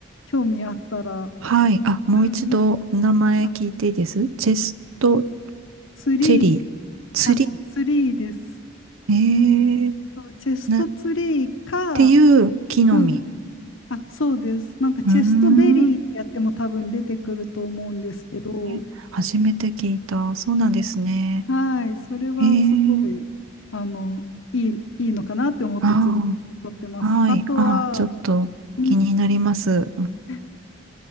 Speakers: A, on the left; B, on the right.
A: 興味あったら、
B: はい。あ、もう一度名前聞いていいですチェスト
A: うんうん。あ、ツリー、
B: チェリー、ツリ
A: あ、ツリーです。
B: ー。ええ
A: そうチェストツリーか、
B: な、っていう木の実。
A: うんうん。あ、そうです。なんかチェストベリーってやっても多分出てくると思うんですけど、
B: うーん。え初めて聞いた。そうなんですね。
A: はい、それはすごい、
B: ええ
A: あの、いい、いいのかなって思って続けて撮ってます。
B: ああ、はい。
A: あとは、
B: あ、ちょっと気になります。
A: うん、<laughs>